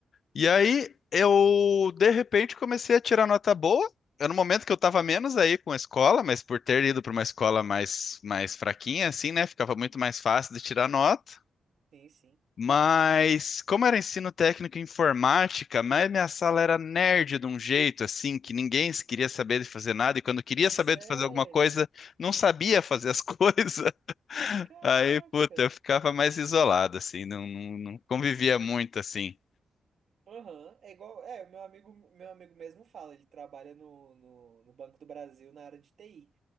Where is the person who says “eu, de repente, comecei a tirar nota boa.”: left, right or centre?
Left